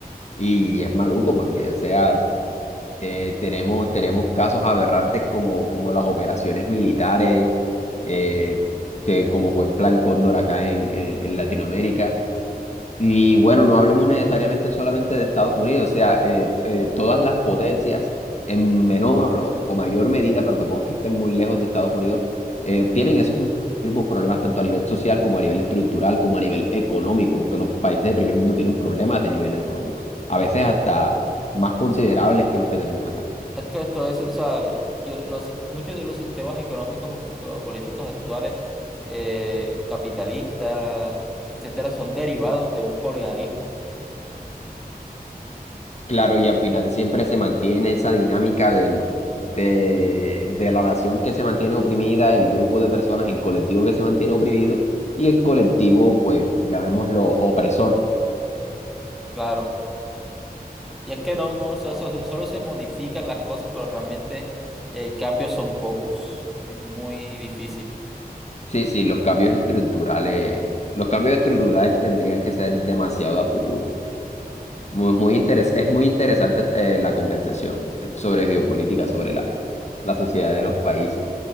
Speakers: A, on the left; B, in the centre.
A: Y es maluco porque, o sea, eh, tenemos, tenemos casos aberrantes como, como las operaciones militares, eh, que como fue el Plan Cóndor acá en, en, en Latinoamérica, y bueno, no hablemos necesariamente solamente de Estados Unidos, o sea, eh, t- eh, todas las potencias en menor o, o mayor medida, pero tampoco es que estén muy lejos de Estados Unidos, eh, tienen esos mismos problemas tanto a nivel social como a nivel estructural, como a nivel económico, porque los países del primer mundo tienen problemas de nivel económico, a
B: es
A: veces
B: que
A: hasta más considerables que los que tenemos acá.
B: Es que esto es, o sea, el- yo- los, sis- muchos de los sistemas económicos o políticos actuales, eh, capitalistas, etcétera, son derivados de un colonialismo,
A: Claro, y al final siempre se mantiene esa dinámica del, de, de la nación que se mantiene oprimida, el grupo de personas, el colectivo que se mantiene oprimido y el colectivo, pues, llamémoslo opresor.
B: claro. Y es que no, no, o sea, so, solo, solo se modifican las cosas, pero realmente eh, cambios son pocos. Es muy difícil.
A: Sí, sí, los cambios estructurales, los cambios estructurales tendrían que ser demasiado a futuro. Muy, muy interes- es muy interesante eh, la conversación sobre geopolítica, sobre la, la sociedad de los países,